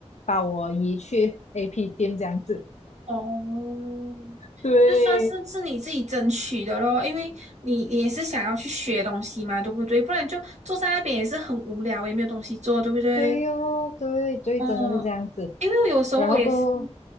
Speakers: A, on the left (about 80°); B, on the right (about 85°).
A: 把我移去 AP 店这样子。
B: 哦，
A: 对，
B: 就算是是你自己争取的咯，因为你你也是想要去学东西嘛，对不对？不然就坐在那边也是很无聊，也没有东西做，对不对？
A: 对哦，对对，
B: 哦，
A: 真的是这样子。
B: 因为有时候我也是，
A: 然后过后，